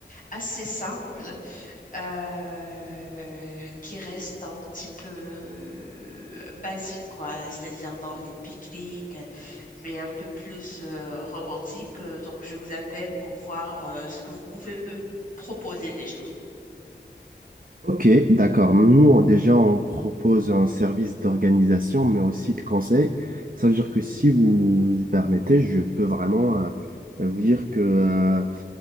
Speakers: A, on the left; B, on the right.
A: assez simple euh, qui reste un petit peu euh, basique, quoi, c'est-à-dire dans les pique-niques, mais un peu plus euh, romantique. Euh, Donc, je vous appelle pour voir euh, ce que vous pouvez me proposer déjà.
B: Ok, d'accord. Nous, on- déjà, on propose un service d'organisation, mais aussi de conseil. Ça veut dire que si vous vous permettez, je peux vraiment euh, vous dire que, euh,